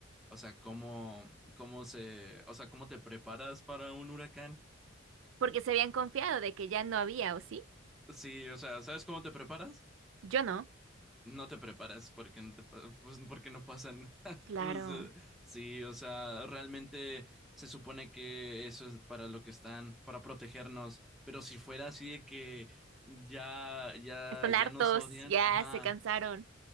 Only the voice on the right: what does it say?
Porque se habían confiado de que ya no había, ¿o sí?
Yo no.
Claro.
Están hartos,
ya
se cansaron.